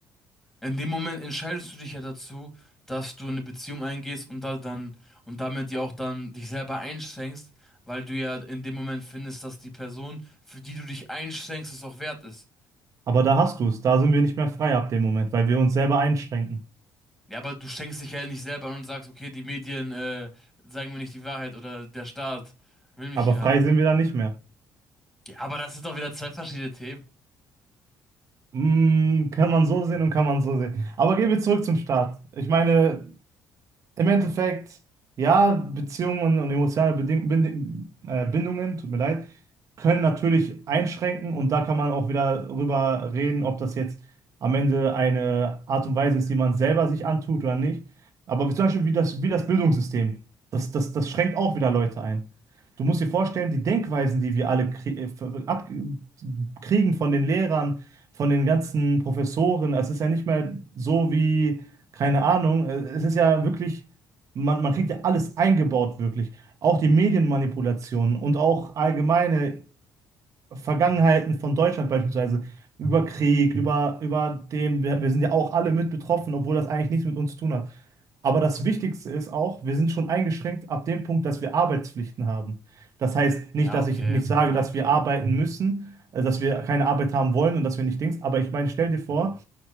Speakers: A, in the centre; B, on the right.
A: In dem Moment entscheidest du dich ja dazu, dass du eine Beziehung eingehst und da dann und damit ja auch dann dich selber einschränkst, weil du ja in dem Moment findest, dass die Person, für die du dich einschränkst, es auch wert ist.
B: Aber da hast du es. Da sind wir nicht mehr frei ab dem Moment, weil wir uns selber einschränken.
A: Ja, aber du schenkst dich ja nicht selber an und sagst, okay, die Medien äh, sagen mir nicht die Wahrheit oder der Staat will mich
B: Aber
A: hier
B: frei
A: haben.
B: sind wir dann nicht mehr.
A: Ja, aber das sind doch wieder zwei verschiedene Themen.
B: Mm, kann man so sehen und kann man so sehen. Aber gehen wir zurück zum Start. Ich meine, Im Endeffekt, ja, Beziehungen und emotionale Beding Bind äh, Bindungen, tut mir leid, können natürlich einschränken und da kann man auch wieder drüber reden, ob das jetzt am Ende eine Art und Weise ist, die man selber sich antut oder nicht. Aber zum Beispiel wie das, wie das Bildungssystem, das, das, das schränkt auch wieder Leute ein. Du musst dir vorstellen, die Denkweisen, die wir alle krie äh, ver- ab kriegen von den Lehrern, von den ganzen Professoren, es ist ja nicht mehr so wie, keine Ahnung, äh, es ist ja wirklich. Man, man kriegt ja alles eingebaut, wirklich. Auch die Medienmanipulationen und auch allgemeine Vergangenheiten von Deutschland beispielsweise über Krieg, über, über dem, wir, wir sind ja auch alle mit betroffen, obwohl das eigentlich nichts mit uns zu tun hat. Aber das Wichtigste ist auch, wir sind schon eingeschränkt ab dem Punkt, dass wir Arbeitspflichten haben. Das heißt nicht,
A: Ja,
B: dass
A: okay,
B: ich nicht sage,
A: ja,
B: dass
A: okay.
B: wir arbeiten müssen, äh, dass wir keine Arbeit haben wollen und dass wir nicht Dings, aber ich meine, stell dir vor,